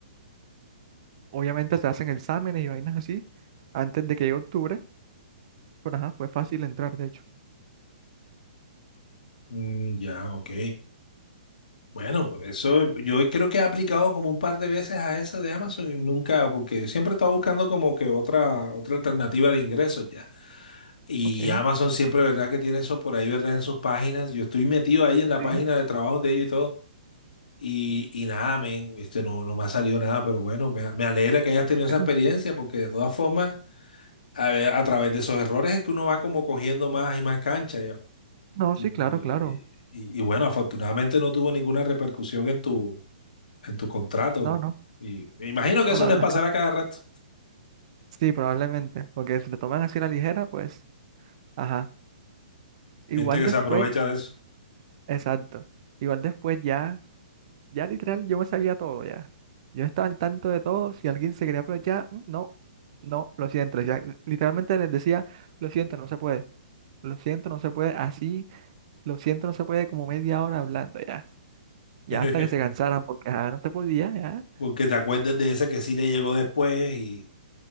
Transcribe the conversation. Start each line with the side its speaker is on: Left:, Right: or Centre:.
Right: obviamente se hacen exámenes y vainas así antes de que llegue octubre, pero ajá, fue fácil entrar, de hecho.
Left: mm, ya, ok. Bueno, eso yo creo que he aplicado como un par de veces a eso de Amazon y nunca, porque siempre estaba buscando como que otra, otra alternativa de ingresos ya. Y
Right: Ok, sí,
Left: Amazon siempre, ¿verdad? Que tiene eso por ahí, ¿verdad? En sus páginas. Yo estoy metido ahí en la
Right: ¿en
Left: página de trabajo de ellos y todo. Y, y nada, men, este, no, no me ha salido nada, pero bueno, me, me alegra que hayas tenido
Right: serio?
Left: esa experiencia, porque de todas formas, a, ver, a través de esos errores es que uno va como cogiendo más y más cancha, ya.
Right: No,
Left: Y,
Right: sí, claro, claro.
Left: y- y bueno, afortunadamente no tuvo ninguna repercusión en tu, en tu contrato.
Right: No, no,
Left: Y me imagino que
Right: no,
Left: eso
Right: la
Left: les
Right: verdad
Left: pasará
Right: es que
Left: cada rato.
Right: sí, probablemente, porque si lo toman así a la ligera, pues, ajá. Igual
Left: Gente que
Right: después,
Left: se aprovecha de eso.
Right: exacto. Igual después ya, ya literal, yo me sabía todo ya. Yo estaba al tanto de todo. Si alguien se quería aprovechar, mm, no, no, lo siento. Ya, literalmente les decía, lo siento, no se puede. Lo siento, no se puede, así, lo siento, no se puede como media hora hablando ya. Ya
Left: <laughs>
Right: hasta que se cansaran, porque ajá, no se podía, ya.
Left: Porque te acuerdes de ese que sí le llegó después y...